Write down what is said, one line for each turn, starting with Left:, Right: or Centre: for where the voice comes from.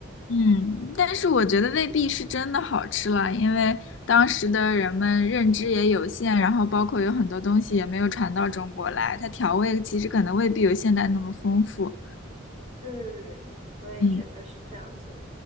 Left: 嗯，但是我觉得未必是真的好吃了，因为当时的人们认知也有限，然后包括有很多东西也没有传到中国来，它调味其实可能未必有现代那么丰富。
Right: 嗯，我也觉得是这样子。
Left: 嗯